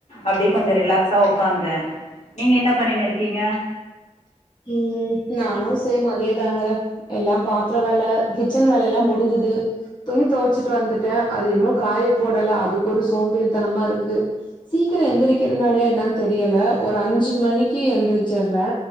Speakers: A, on the left; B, on the left.
A: அப்டி கொஞ்சோ ரிலாகஸ் ஒக்காந்தேன் நீங்க என்ன பண்ணினு இருக்கீங்க
B: ம் நானும் சேம் அதேதாங்க எல்லாம் பாத்ர வேல கிச்சன் வேல எல்லாம் முடிஞ்சுது துணி தொவச்சிட்டு வந்துட்டே அது இன்னு காய போடல அதுக்கு ஒரு சோம்பேறித்தனமா இருக்கு சீக்கிர எந்திரிக்கிறனாலயா என்னன் தெரியல ஒரு அஞ்சு மணிக்கு எந்திரிச்சர்றே